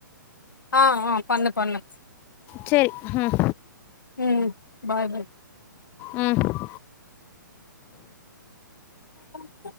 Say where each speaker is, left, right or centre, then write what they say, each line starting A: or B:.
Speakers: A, on the left (about 70°); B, on the left (about 20°).
A: ஆ ஆ பண்ணு பண்ணு
B: செரி ஹும்
A: ம் பாய்
B: ம்
A: ம்